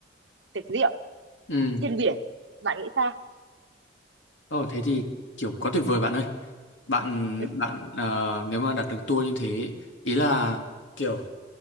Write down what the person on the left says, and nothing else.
Ừ.
Ồ thế thì kiểu quá tuyệt vời bạn ơi. Bạn
bạn ờ, nếu mà đặt được tour như thế ý là kiểu